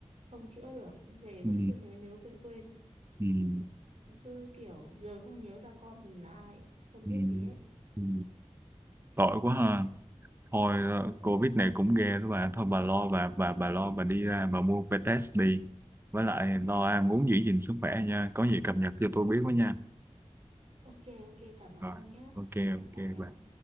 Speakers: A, on the right; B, on the right.
A: không chữa được. Về vẫn
B: ừ,
A: cứ nhớ nhớ quên quên,
B: ừ,
A: Vẫn cứ kiểu giờ không nhớ ra con mình là ai, không
B: ừ,
A: biết gì hết.
B: ừ. tội quá ha thôi ờ,
A: Ừ.
B: Covid này cũng ghê đó bà thôi bà lo bà bà bà lo bà đi ra bà mua que test đi với lại lo
A: Ừ.
B: ăn uống giữ gìn sức khỏe nha có gì cập nhật cho tôi biết với nha
A: Ok, ok, cảm ơn
B: rồi
A: ông nhé.
B: ok
A: Bye
B: ok
A: bye
B: bà
A: ông.